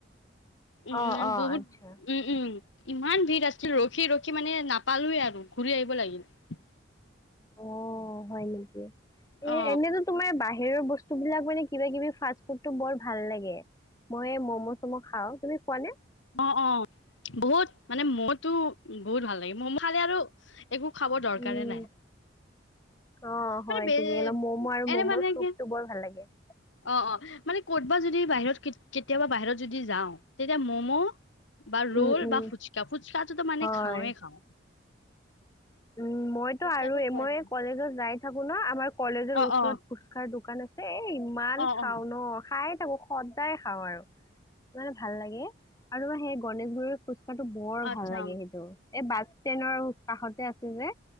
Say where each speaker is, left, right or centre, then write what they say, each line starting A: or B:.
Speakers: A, on the left; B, on the left.
A: উম
B: অ অ
A: বহুত
B: আচ্ছা
A: উম উম। ইমান ভিৰ আছিল ৰখি ৰখি মানে নাপালোৱেই আৰু ঘূৰি আহিব লাগিল।
B: অ হয় নেকি। এ
A: অ
B: এনেতো তোমাৰ বাহিৰ বাহিৰৰ বস্তুবিলাক মানে কিবা কিবি ফাষ্ট ফুডটো বৰ ভাল লাগে। মই ম'ম' চম' খাওঁ তুমি খোৱা নে?
A: অ অ বহুত মানে মোৰতো বহুত ভাল লাগে মোৰ খালে আৰু একো খাব দৰকাৰে
B: উম,
A: নাই।
B: অ হয়
A: মানে বে
B: ঠিকেই অলপ ম'ম' আৰু
A: এনে
B: মম'
A: মানে
B: চুপতটো
A: কি
B: বৰ ভাল লাগে।
A: অ অ মানে ক'তবা যদি বাহিৰত কেতিয়াবা বাহিৰত যদি যাওঁ তেতিয়া ম'ম' বা ৰোল
B: উম, উম,
A: বা ফুচকা ফুচকাটো মানে
B: হয়।
A: খাওঁৱে খাওঁ।
B: উম মইতো
A: ফুচকাটো
B: আৰু
A: খোৱা
B: মই
A: যায়।
B: কলেজত যাই থাকো। ন আমাৰ কলেজৰ
A: অ',
B: ওচৰত
A: অ',
B: ফুচকাৰ দোকান আছে এ ইমান
A: অ',
B: খাও
A: অ',
B: ন খাই। সদায় খাওঁ আৰু ইমানে ভাল লাগে আৰু ম সেই গনেশ গুৰিৰ কথাতো বৰ
A: আচ্ছা
B: ভাল লাগে সেইটো এই বাছ ষ্টেনৰ কাষতে আছে যে